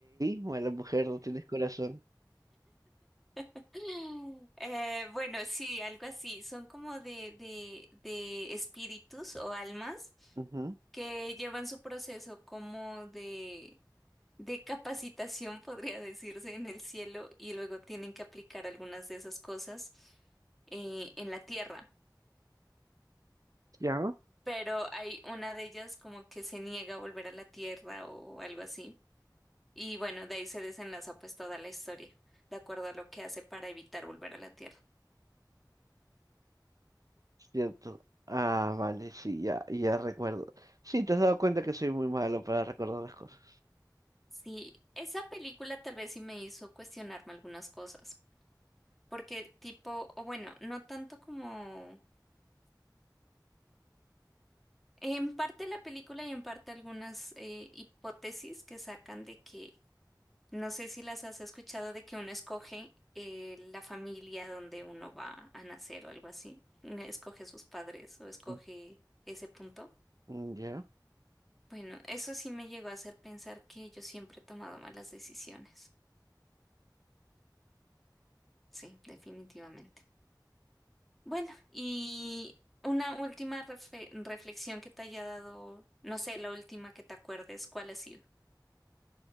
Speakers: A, on the right; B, in the centre.
A: bueno, mujer, no tienes corazón.
B: <laughs> Eh, bueno, sí, algo así. Son como de, de, de espíritus o almas
A: Ujú,
B: que llevan su proceso como de de capacitación, podría decirse, en el cielo y luego tienen que aplicar algunas de esas cosas eh, en la tierra.
A: ¿Ya?
B: Pero hay una de ellas como que se niega a volver a la tierra o algo así. Y bueno, de ahí se desenlaza pues toda la historia, de acuerdo a lo que hace para evitar volver a la tierra.
A: Cierto. Ah, vale, sí, ya, ya recuerdo. Sí, te has dado cuenta que soy muy malo para recordar las cosas.
B: Sí, esa película tal vez sí me hizo cuestionarme algunas cosas. Porque tipo, o bueno, no tanto como En parte la película y en parte algunas eh, hipótesis que sacan de que, no sé si las has escuchado, de que uno escoge eh, la familia donde uno va a nacer o algo así. Uno Escoge sus padres o escoge
A: Mm,
B: ese punto.
A: mm, Ya.
B: Bueno, eso sí me llegó a hacer pensar que yo siempre he tomado malas decisiones. Sí, definitivamente. Bueno, y una última refe- reflexión que te haya dado, no sé, la última que te acuerdes, ¿cuál ha sido?